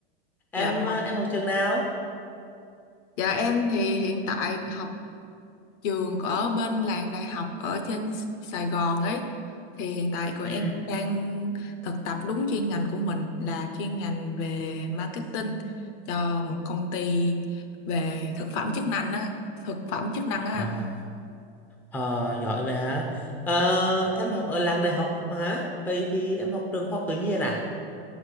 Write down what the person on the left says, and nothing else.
Dạ.
vâng
Dạ em thì hiện tại học trường ở bên làng đại học ở trên S Sài Gòn ấy, thì hiện tại của em
cũng đang thực tập đúng chuyên ngành của mình là chuyên ngành về marketing cho một công ty về thực phẩm chức năng á, thực phẩm chức năng á
anh.